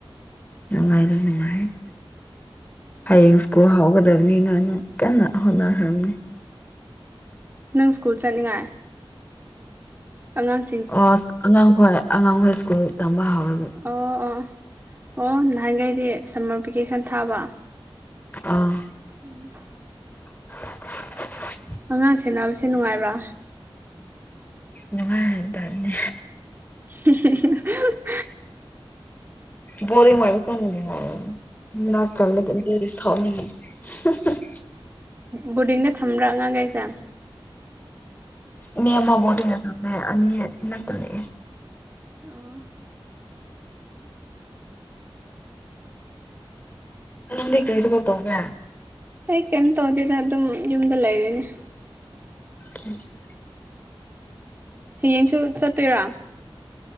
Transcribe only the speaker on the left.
ꯅꯨꯡꯉꯥꯏꯔꯦ ꯅꯨꯡꯉꯥꯏꯌ‌ꯦ ꯍꯌꯦꯡ ꯁ꯭ꯀꯨꯜ ꯍꯥꯎꯒꯗ ꯕꯅꯤꯅꯅ <unintelligible> ꯀꯟꯅ ꯍꯣꯠꯅꯈ꯭ꯔꯕꯅꯤ
ꯑꯁ ꯑꯉꯥꯡꯈꯣꯏ ꯑꯉꯥꯡꯈꯣꯏ ꯁ꯭ꯀꯨꯜ ꯇꯝꯕ ꯍꯧꯔ
ꯑꯥ
<unintelligible>
ꯅꯨꯡꯉꯥꯏ ꯍꯥꯏ ꯇꯥꯕꯅꯦ
ꯕꯣꯔꯤꯡ ꯑꯣꯏ <unintelligible> ꯌꯨꯝ ꯊꯣꯛꯅꯤꯡꯉꯦ <unintelligible>
ꯃꯤ ꯑꯃꯃ ꯕꯣꯔꯗꯤꯡꯗ ꯊꯝꯃꯦ ꯑꯅꯤ ꯏꯅꯥꯛꯇ ꯂꯩꯌ‌ꯦ
ꯅꯪꯗꯤ ꯀꯔꯤ ꯊꯕꯛ ꯇꯧꯒꯦ
ꯑꯣ <unintelligible>